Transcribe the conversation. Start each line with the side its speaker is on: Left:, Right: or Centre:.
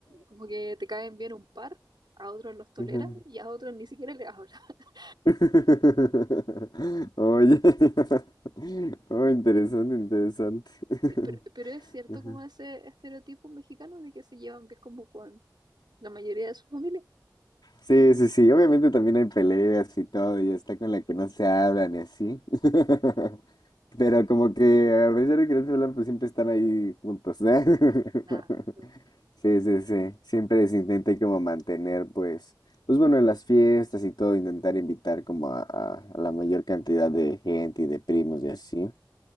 Right: Como que te caen bien un par, a otros los toleras
Left: Ajá.
Right: y a otros ni siquiera les hablas. <laughs>
Left: <laughs> Oye, <laughs> oh, interesante, interesante. <laughs>
Right: Sí, pero, pero es cierto
Left: Ajá.
Right: como ese estereotipo mexicano de que se llevan bien como con la mayoría de su familia.
Left: Sí, sí, sí, obviamente también hay peleas y todo, y está con la que no se hablan y así. <laughs> Pero como que a pesar de que no se hablan, pues siempre están ahí juntos, ¿eh? <laughs>
Right: Nada, yo-
Left: Sí, sí, sí, siempre se intenta ahí como mantener, pues, pues bueno, en las fiestas y todo, intentar invitar como a, a a la mayor cantidad de gente y de primos y así.